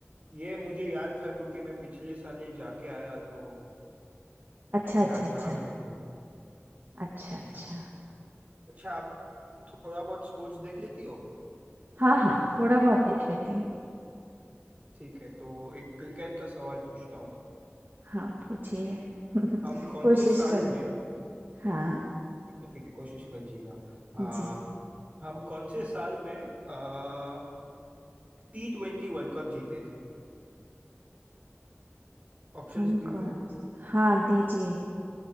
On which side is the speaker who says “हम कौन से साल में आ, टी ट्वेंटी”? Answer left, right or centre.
Right